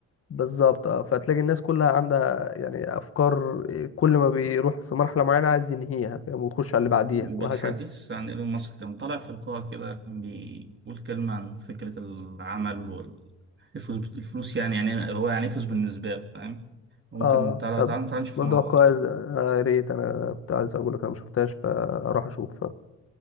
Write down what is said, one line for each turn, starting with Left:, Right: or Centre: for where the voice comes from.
Left: بالظبط اه فتلاقي الناس كلها عندها يعني أفكار آه، كل ما بيروح في مرحلة معينة عايز ينهيها فاهم ويخش على اللي بعديها
Right: بالحديث
Left: وهكذا
Right: عن ايلون ماسك كان طالع في لقاء كده كان بيقول كلمة عن فكرة العمل والفلوس الفلوس يعني يعني هو يعني إيه فلوس بالنسبة له فاهم ممكن
Left: اه
Right: تعالى
Left: طب
Right: تعالى تعالى نشوف
Left: موضوع
Right: مع بعض
Left: كويس آه، يا ريت أنا كنت عايز أقول لك أنا مشفتهاش فأروح أشوف